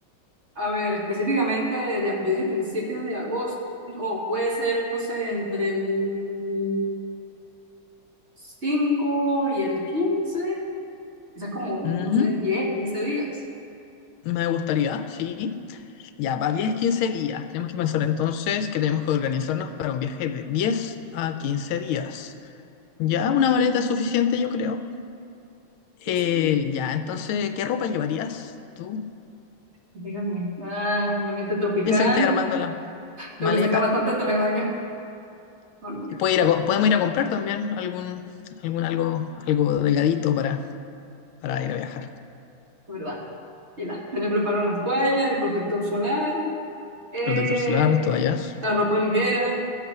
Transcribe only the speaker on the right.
a ver, específicamente, de- yo dije principios de agosto, o puede ser, no sé, entre el 5 y el 15, quizás como,
no sé, 10 15 días.
Pues
sí,
dígame. Ah, un ambiente tropical,
lo que saca bastante traje de baño. No, lo voy
a
probar,
¿verdad? Y la, tener preparado las toallas, el protector solar, eh,
la ropa ligera.